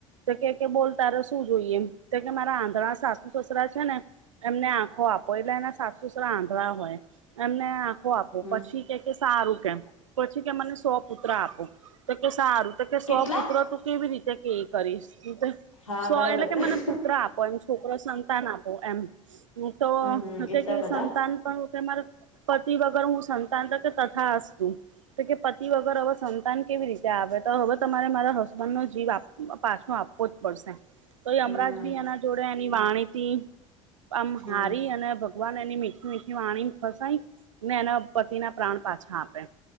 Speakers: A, on the right; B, on the left.
A: તો એ કે બોલ તારે શું જોઈએ તો કે મારા આંધણા સાસુ સસરા ને એમને છે ને એમને આંખો આપો એટલે એના સાસુ સસરા આંધળ હોય એમને આખો આંખો આપો
B: હમ
A: પછી કે સારું કેમ પછી કે મને સો પુત્ર આપો તો સારું તો કે સોપુત્ર
B: કેટલા
A: તું કેવી રીતે કે એ કરીશ
B: હા
A: સો
B: બરાબર
A: એટલે કે
B: હમ
A: મને પુત્ર આપો એમ છોકરો સંતાન આપો એમ તો
B: હમ
A: સંતાન
B: એટલા બધા
A: પણ કે મારે પતિ વગર હું સંતાન તા કે તથાસ્તુ તો કે પતિ વગર હવે સંતાન કેવી રીતે ત્યાં આવે તો હવે તમારે મારા હસબન્ડ નો જીવ પાછો આપવો જ પડશે તો એ
B: હમ
A: અમરાજ બી એના જોડે એની વાણી આમ
B: હમ
A: હારી અને ભગવાન એની મીઠ વાણીને ફસાય ને એના પતિના પ્રાણ પાછા આપે